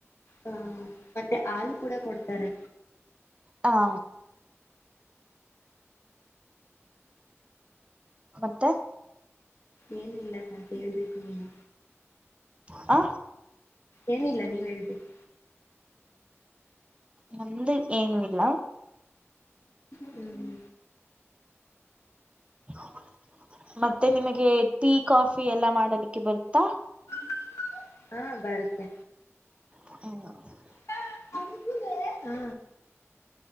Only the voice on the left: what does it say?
ಹ ಮತ್ತೆ ಹಾಲು ಕೂಡ ಕೊಡ್ತಾರೆ
ಏನಿಲ್ಲಾ ಹೇಳ್ಬೇಕು ನೀವೇ
ಏನಿಲ್ಲ ನೀವ್ ಹೇಳ್ಬೇಕು
ಹ್ಮ್
<inaudible> ಹಾ ಬರುತ್ತೆ
<unintelligible> ಹಾ